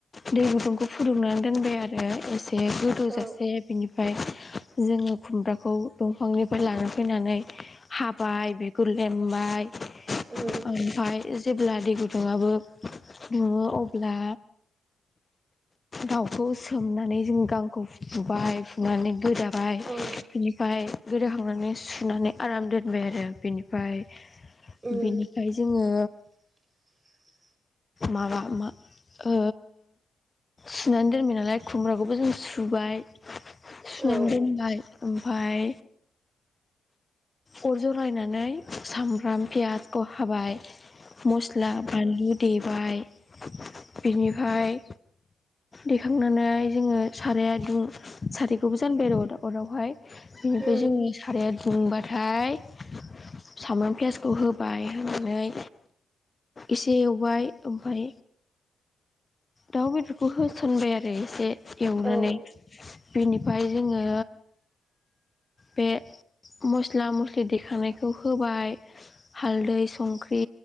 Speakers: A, on the left; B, on the right.
A: दै गुदुंखौ फुदुंनानै दोनबाय आरो एसे से गोदौजासे
B: औ
A: बिनिफाय जोङो खुमब्राखौ दंफांनिफाय लाना फैनानै हाबाय, बिगुर लेमबाय
B: उम
A: ओमफाय जेब्ला दै गुदुङाबो दुङो अब्ला दाउखौ सोमनानै जों गांखौ फुबाय फुनानै गोदाबाय
B: औ
A: बेनिफ्राय गोदाखांनानै सुनानै आराम दोनबाय आरो बेनिफ्राय
B: उम
A: बेनिफ्राय जोङो
B: <inaudible>
A: माबा मा ओ सुनानै दोनबाय नालाय खुमब्राखौबो जों सुबाय सुनानै
B: औ
A: दोनबाय ओमफाय अर जरायनानै सामब्राम पियासखौ हाबाय मस्ला बानलु देबाय बिनिफाय देखांनानै जोङो साराया दुं साराय खौबो जानबाय आरो अरावहाय बेनिफाय
B: उम
A: जोङो साराया दुंबाथाय सामब्राम पियासखौ होबाय होनानै एसे एवबाय ओमफाय दाउ बेदरखौ होस'नबाय आरो एसे एवनानै
B: औ
A: बेनि ओमफाय जोङो बे मस्ला मस्लि देखानायखौ होबाय हालदै, संख्रि